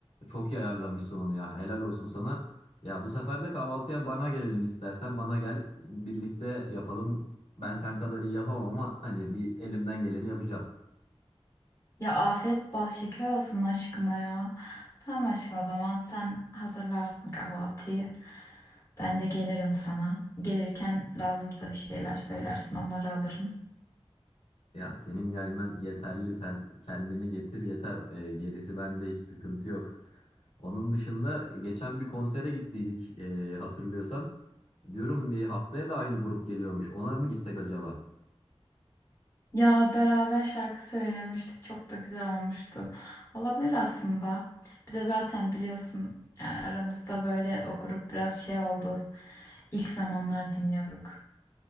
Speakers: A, on the left; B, on the left.
A: Çok iyi ayarlamışsın onu ya helal olsun sana. Ya bu sefer de kahvaltıya bana gelelim istersen bana gel birlikte yapalım ben sen kadar iyi yapamam ama hani bir elimden geleni yapacağım.
B: Ya afiyet bal şeker olsun aşkıma ya. Tamam aşkım o zaman sen hazırlarsın kahvaltıyı. Ben de gelirim sana. Gelirken lazımsa bir şeyler söylersin onları alırım.
A: Ya senin gelmen yeterli. Sen kendini getir yeter. Ee, gerisi bende hiç sıkıntı yok. Onun dışında geçen bir konsere gittiydik ee, hatırlıyorsan. Diyorum bir haftaya da aynı grup geliyormuş. Ona mı gitsek acaba?
B: Ya beraber şarkı söylemiştik. Çok da güzel olmuştu. Olabilir aslında. Bir de zaten biliyorsun yani aramızda böyle o grup biraz şey oldu. İlk zamanlar dinliyorduk.